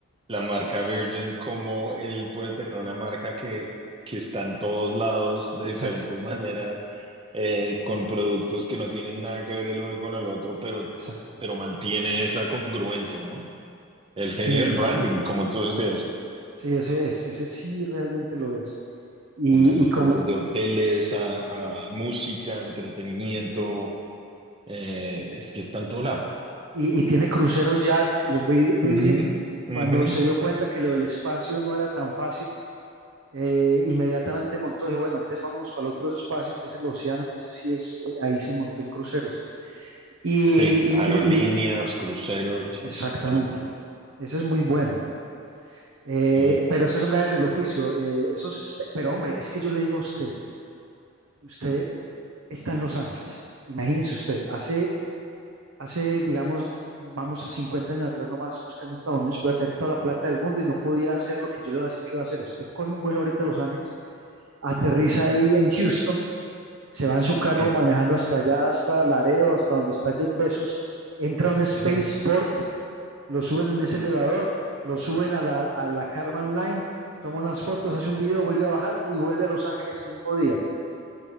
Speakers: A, on the right; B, on the right.
A: La marca Virgin, cómo él puede tener una marca que, que está en todos lados de
B: Exacto.
A: diferentes maneras, eh, con productos que no tienen nada que ver el uno con el otro, pero,
B: Exacto.
A: pero mantiene esa congruencia, ¿no? El genio
B: Sí es,
A: del branding, como tú decías,
B: sí, ese es, ese sí realmente lo es. Y,
A: una locura,
B: y como,
A: desde hoteles a, a música, entretenimiento, eh,
B: y,
A: es que está en todo lado.
B: y- y tiene cruceros ya, los Vir- Virgin,
A: Ujú, ujú.
B: cuando se dio cuenta que lo del espacio no era tan fácil, eh, inmediatamente montó, dijo, bueno, entonces vámonos para el otro espacio, que es el océano, que ese sí es, eh, ahí se montó en cruceros. Y, y-
A: Sí, aerolíneas,
B: y- y-
A: cruceros,
B: exactamente,
A: la locura.
B: ese es muy bueno. Eh,
A: Sí.
B: pero esos son gajes del oficio, eh, esos, espe- pero hombre, es que yo le digo a usted, usted está en Los Ángeles, imagínese usted, hace Hace, digamos, vamos a 50 años atrás nomás, usted en Estados Unidos podía tener toda la plata del mundo y no podía hacer lo que yo le voy a decir que va a hacer. Usted coge un vuelo ahorita a Los Ángeles, aterriza ahí en Houston, se va en su carro
A: Sí,
B: manejando hasta allá, hasta Laredo, hasta donde está Jeff Bezos, entra a un spaceport,
A: ujú.
B: lo suben en ese elevador, lo suben a la, a la Karman Line, toma unas fotos, hace un video, vuelve a bajar y vuelve a Los Ángeles el mismo día